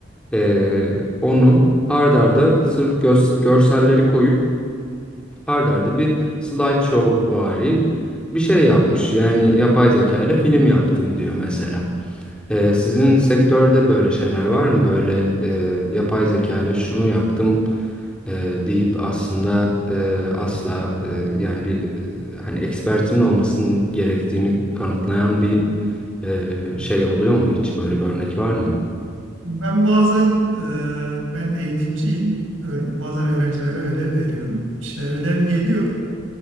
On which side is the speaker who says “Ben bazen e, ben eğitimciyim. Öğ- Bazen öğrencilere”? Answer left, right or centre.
Right